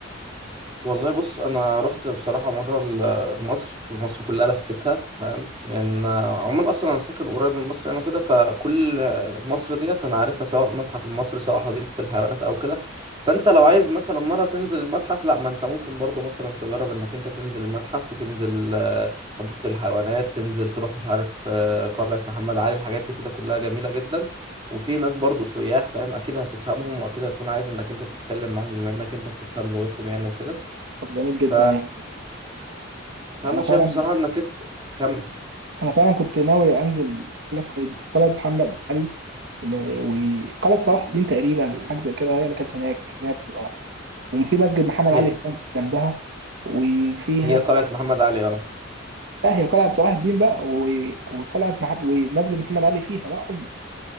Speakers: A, on the right; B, on the right.
A: والله بص انا رحت بصراحه مره ل- مصر ومصر كلها لفتها فاهم يعني أنا عموما اصلا انا ساكن قريب من مصر يعني وكده فكل مصر ديت انا عارفها سواء متحف المصري سواء حديقه الحيوانات او كده فانت لو عايز مثلا مره تنزل المتحف لا ما انت ممكن برضو مثلا تجرب انك انت تنزل المتحف وتنزل آه، حديقه الحيوانات تنزل تروح مش عارف آه، قلعه محمد علي الحاجات دي كده كلها جميله جدا وفي هناك برضو سياح فاهم اكيد هتفهمهم واكيد هتكون عايز انك انت تتكلم معاهم بما انك انت بتفهم لغتهم يعني وكده
B: طب جميل
A: ف...
B: جدا يعني
A: فانا
B: انا
A: شايف
B: فعلا
A: بصراحه انك انت كمل
B: انا فعلا كنت ناوي انزل قلعه قايد- قلعه محمد علي ال- وقلعه صلاح الدين تقريبا حاجه زي كده هي اللي كانت هناك اللي هي بتبقى وفي مسجد محمد
A: هي
B: علي هناك جنبها وفي
A: هي
B: هناك
A: قلعه محمد علي اه
B: لا هي قلعه صلاح الدين بقى و- وقلعه مح... ومسجد محمد علي فيها بقى قصدك